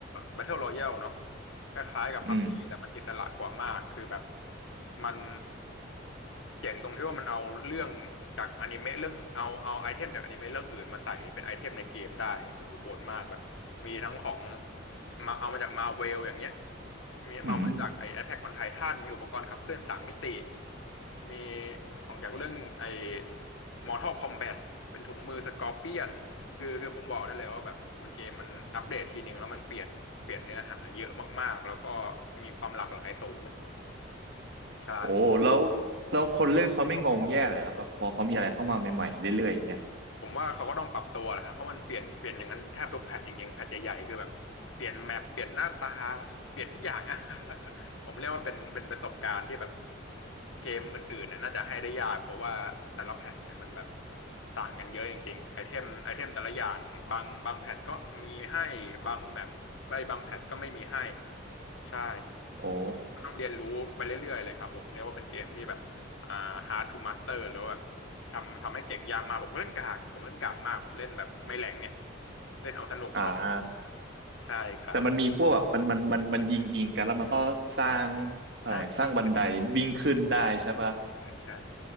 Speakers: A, on the left (about 80°); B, on the right (about 55°).
A: Battle Royale เนาะคล้ายๆกับ
B: อืม
A: PUBG แต่มันอิสระกว่ามากคือแบบมันเจ๋งตรงที่ว่ามันเอาเรื่องจากอนิเมะเรื่องเอาเอาไอเทมจากอนิเมะเรื่องอื่นมาใส่เป็นไอเทมในเกมได้โหโหดมากแบบมีทั้งของมาเอามาจากมาเวลอย่างเงี้ยมีเอามาจากไอ
B: อืม
A: Attack on Titan มีอุปกรณ์ขับเคลื่อนสามมิติมีของจากเรื่องไอ Mortal Kombat เป็นถุงมือสกอร์เปียน คือคือผมบอกได้เลยว่าแบบมันเกมมันอัปเดตทีหนึ่งแล้วมันเปลี่ยนเปลี่ยนเนื้อหาเยอะมากๆแล้วก็มีความหลากหลายสูงใช่
B: โอ้แล้วแล้วคนเล่นเขาไม่งงแย่เลยครับแบบพอเขามีอะไรเข้ามาใหม่ๆเรื่อยๆอย่างเงี้ย
A: ผมว่าเขาก็ต้องปรับตัวแหละครับเพราะมันเปลี่ยนเปลี่ยนอย่างนั้นแทบทุกแพทจริงๆแพทใหญ่ๆคือแบบเปลี่ยนแมปเปลี่ยนหน้าตาเปลี่ยนทุกอย่างอะ <laughs> ผมเรียกว่าเป็นเป็นประสบการณ์ที่แบบเกมอื่นๆน่ะน่าจะให้ได้ยากเพราะว่าแต่ละแพทเนี่ยมันแบบต่างกันเยอะจริงๆไอเทมไอเทมแต่ละอย่างบางบางแพทก็มีให้บางแมปใบบางแพทก็ไม่มีให้ใช่
B: โอ้
A: ต้องเรียนรู้ไปเรื่อยๆเลยครับผมเรียกว่าเป็นเกมที่แบบอ่า hard to master หรือว่าแบบ ทำทำให้เก่งยากมากผมก็เล่นกากผมเล่นกากมากผมเล่นแบบไม่แรงไงเล่นเอาสนุกพอ
B: อ่า
A: ใช่ครับ
B: แต่มันมีพวกแบบมันมันมันมันยิงยิงกันแล้วมันก็สร้างอะไรสร้างบันไดวิ่งขึ้นได้ใช่ปะ
A: ใช่ใช่ใช่